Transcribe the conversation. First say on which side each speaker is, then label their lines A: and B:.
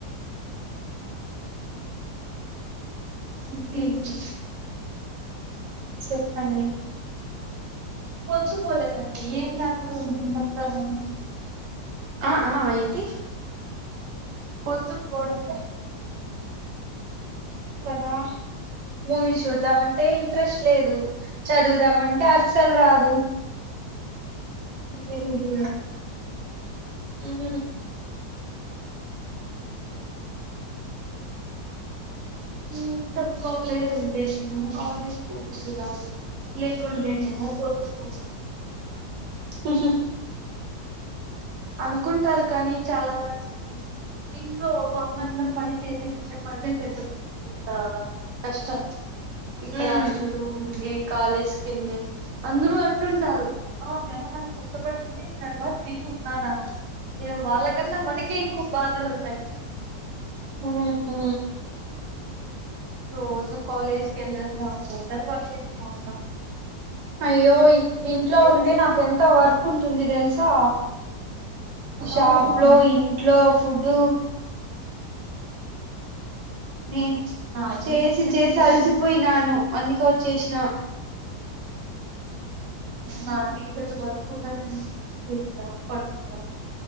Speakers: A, on the right (about 60°); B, on the right (about 80°).
A: ఇంకేంటి
B: మ్మ్ చెప్పండి
A: వచ్చిపోలేదండి ఏం కాదులెండి వత్తారు ఏమైతది
B: ఆ ఆ ఏంటి
A: పొచ్చు కోవడం
B: కదా మూవీ చూద్దామంటే ఇంట్రెస్ట్ లేదు చదువు మంటే అస్సల్ రాదు
A: ఎనిమిది
B: హుమ్
A: ఇంక కాలేజ్ ఉంటేనేమో కాలేజ్ పోబుద్ధి కాదు లేకుండేనేేమో పొద్దుపోదు
B: హు హు
A: అనుకుంటారు కానీ చాలా మంది ఇంట్లో అమ్మానాన్న పని చేసే కంటే మదే పెద్ద పెద్ద కష్టం ఇక్కడ
B: మ్మ్
A: హాస్టల్ లో ఉండి కాల్లేష్ టెన్ ఏ అందరూ అంటుంటారు. ఆ మీ అమ్మానాన్న కష్టపడుతుంటే తర్వాత్ తిన్ను నాన్ననా ఇగ వాళ్ళ కన్నా మనకే మాకు బాదలున్నాయ్
B: హుమ్ హు
A: రోజు కాలేజ్ కెల్లాల బట్టలు వాష్ చేసుకోవాలా
B: అయ్యో ఇంట్లో ఉంటే
A: కట్టుకోవాలి
B: నాకు ఎంత వర్క్ ఉంటుంది తెలుసా షాప్
A: అవునా
B: లో ఇంట్లో ఫుడు నేను
A: నాకేం
B: చేసి
A: ఇంకేం
B: చేసి
A: ఉంటాదండి
B: అలసిపోయినాను అందుకే వచ్చేసిన
A: నాకేం పెద్ద వర్క్ ఉండదండి తింటాం పడుకుంటాం